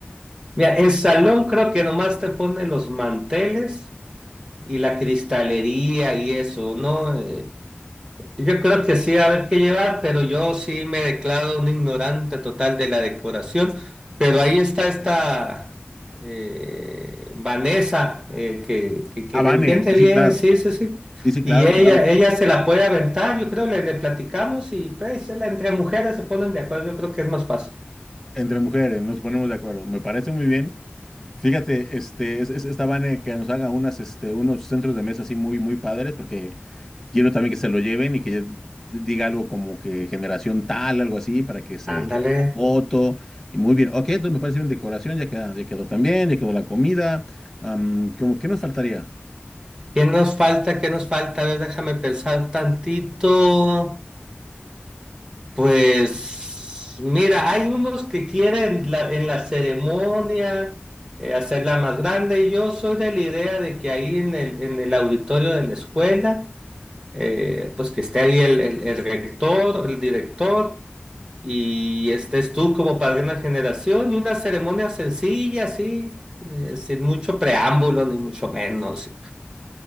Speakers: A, on the right (about 20°); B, in the centre.
A: Mira, el salón creo que nomás te pone los manteles y la cristalería y eso, ¿no? Eh, Yo creo que sí va a haber que llevar, pero yo sí me declaro un ignorante total de la decoración. Pero ahí está esta eh, Vanessa, eh, que, que, que
B: Ah, No,
A: le
B: Vane,
A: entiende
B: sí,
A: bien,
B: sí, claro.
A: sí, sí, sí.
B: Sí, sí,
A: Y
B: claro,
A: ella,
B: claro.
A: ella se la puede aventar, yo creo, le, le platicamos y pues la- entre mujeres se ponen de acuerdo, yo creo que es más fácil.
B: Entre mujeres, nos ponemos de acuerdo. Me parece muy bien. Fíjate, este, es, es- esta Vane que nos haga unas, este, unos centros de mesa así muy, muy padres, porque quiero también que se lo lleven y que ya diga algo como que generación tal, algo así, para que se
A: Ándale.
B: tome la foto. Y muy bien. Ok, entonces me parece bien decoración, ya queda, ya quedó también, ya quedó la comida. Am, ¿cómo, qué nos faltaría?
A: ¿Qué nos falta? ¿Qué nos falta? A ver, déjame pensar tantito. Pues mira, hay unos que quieren la- en la ceremonia eh, hacerla más grande y yo soy de la idea de que ahí en el, en el auditorio de la escuela, eh, pues que esté ahí el, el- el rector, el director y estés tú como padrino de una generación y una ceremonia sencilla, así, eh, sin mucho preámbulo ni mucho menos.